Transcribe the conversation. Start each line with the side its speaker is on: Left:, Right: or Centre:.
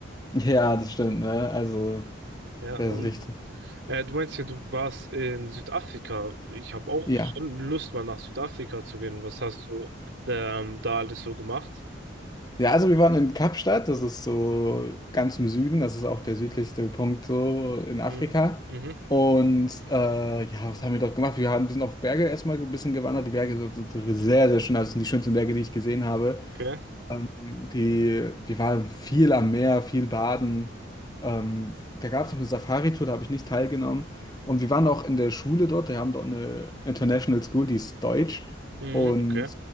Left: Ja, das stimmt, ne? Also,
Right: Ja,
Left: das
Right: und
Left: ist richtig.
Right: Äh, du meinst ja, du warst in Südafrika. Ich habe auch
Left: Ja.
Right: schon Lust, mal nach Südafrika zu gehen. Was hast du ähm, da alles so gemacht?
Left: Ja, also wir waren in Kapstadt, das ist so ganz im Süden, das ist auch der südlichste Punkt so in Afrika.
Right: Mhm. Mhm.
Left: Und äh, ja, was haben wir dort gemacht? Wir haben, sind auf Berge erstmal ein bisschen gewandert. Die Berge sind sind sehr, sehr schön. Also das sind die schönsten Berge, die ich gesehen habe.
Right: Okay.
Left: Ähm, die, wir waren viel am Meer, viel baden. Ähm, da gab es noch eine Safari-Tour, da habe ich nicht teilgenommen. Und wir waren auch in der Schule dort, wir haben dort eine International School, die ist deutsch.
Right: Mhm.
Left: Und
Right: Okay.